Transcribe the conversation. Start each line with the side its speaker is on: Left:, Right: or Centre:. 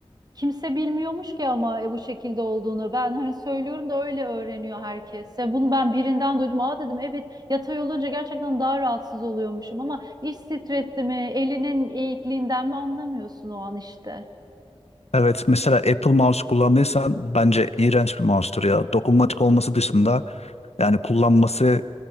Right: Kimse bilmiyormuş ki ama e, bu şekilde olduğunu. Ben hani söylüyorum da öyle öğreniyor herkes. Ya bunu ben birinden duydum. Aa dedim evet yatay olunca gerçekten daha rahatsız oluyormuşum ama iş stresi mi, elinin eğikliğinden mi anlamıyorsun o an işte.
Left: Evet mesela Apple Mouse kullandıysan bence iğrenç bir mouse'tur ya. Dokunmatik olması dışında yani kullanması